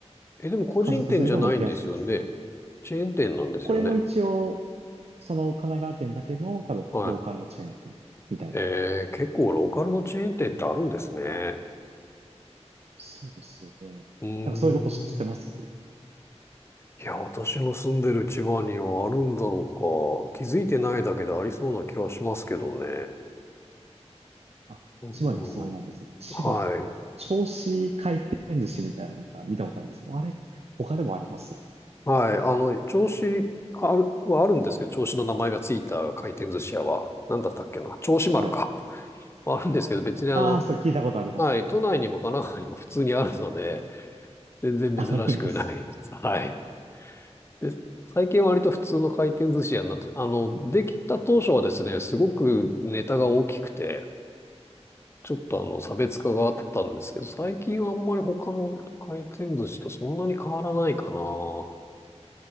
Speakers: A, on the left; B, on the right.
A: え、でも個人店じゃないんですよね。
B: 家族連れでも行きやすいです。
A: チェーン店なんですよね。
B: これも一応、その神奈川県だけの多分ローカルのチェーン店みたいな。
A: はい。ええ結構ローカルのチェーン店ってあるんですね。
B: そうですよね。
A: うーん。
B: なんかそういうとこ知ってます
A: いや、私の住んでる千葉にはあるんだろうか。気づいてないだけでありそうな気はしますけどね。
B: あ、
A: う
B: 千葉にお住まいなんですよ。
A: ん
B: 千葉。
A: はい。
B: 銚子回転寿司みたいななんか見たことあります。あれ、他でもあります。
A: はい。あの、銚子ある、はあるんですけど、銚子の名前がついた回転寿司屋は、なんだったっけな、銚子丸か。
B: はい。
A: はあるんですけど、別にあの、
B: あー、それ聞いたことあります。
A: はい、都内にも神奈川にも普通にあるので、全然珍しくないです。
B: あるんです。
A: はい。で、最近は割と普通の回転寿司屋になって、あの、できた当初はですね、すごくネタが大きくて、ちょっとあの、差別化があったんですけど、最近はあんまり他の回転寿司とそんなに変わらないかな。